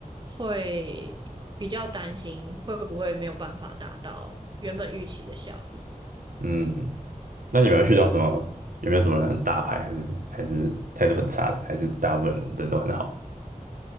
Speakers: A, on the right; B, on the right.
A: 会比较担心会不会没有办法达到原本预期的效益。
B: 嗯，那你们有遇到什么？有没有什么人很大牌，还是还是态度很差的，还是大部分人都很好？